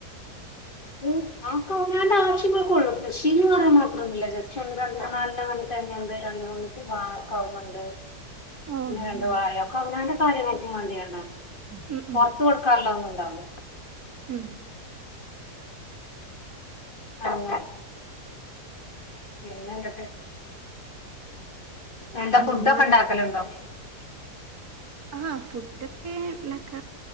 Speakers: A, on the left; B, on the right.
A: ഉം അവൊക്കെ അവനാന്റെ ആവശ്യങ്ങൾക്കൊള്ളൂ കൃഷിന്ന് പറയാൻ മാത്രന്നുല്ല ജസ്റ്റ് ഒന്ന് രണ്ടണ്ണം നാലണ്ണങ്ങാണ്ട്. തെങ്ങണ്ട് രണ്ട് മൂന്നൂക്കെ വാ കവുങ്ങ്ണ്ട്
B: ഓക്കെ
A: പിന്നെ രണ്ട് വാഴ ഒക്കവ്നാന് കാര്യങ്ങൾക്കും മാണ്ടിങ്ങാണ്ട
B: ഉം ഉം
A: പൊർത്ത് കൊടുക്കാനുള്ളത് ന്നുണ്ടാവ് ല
B: ഉം
A: <unintelligible> പിന്നെ എന്തൊക്കെ എന്താ ഫുഡൊക്കെ
B: നിങ്ങ
A: ഉണ്ടാക്കലുണ്ടോ
B: ആഹ് ഫുഡൊക്കെ ഇണ്ടൊക്ക